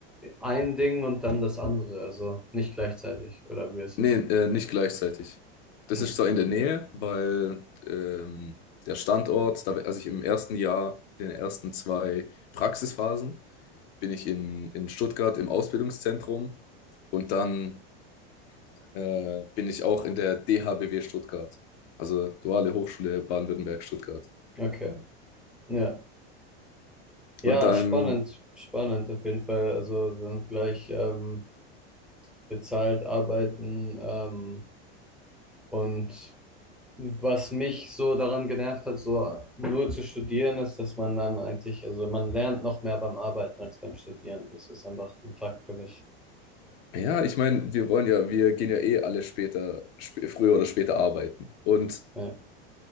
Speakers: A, in the centre; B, on the left.
A: ein Ding und dann das andere, also nicht gleichzeitig, oder wie ist
B: Nee,
A: es?
B: äh, nicht gleichzeitig. Das
A: Hm,
B: ist zwar in der Nähe, weil ähm, der Standort, da, also ich im ersten Jahr, in den ersten zwei Praxisphasen, bin ich in, in Stuttgart im Ausbildungszentrum und dann äh, bin ich auch in der DHBW Stuttgart, also Duale Hochschule Baden-Württemberg Stuttgart.
A: okay, ja. Ja,
B: Und dann,
A: spannend, spannend auf jeden Fall. Also dann gleich ähm, bezahlt arbeiten ähm, und Was mich so daran genervt hat, so nur zu studieren, ist, dass man dann eigentlich, also man lernt noch mehr beim Arbeiten als beim Studieren. Das ist einfach ein Fakt für mich.
B: ja, ich meine, wir wollen ja, wir gehen ja eh alle später, sp früher oder später arbeiten. Und
A: Ja,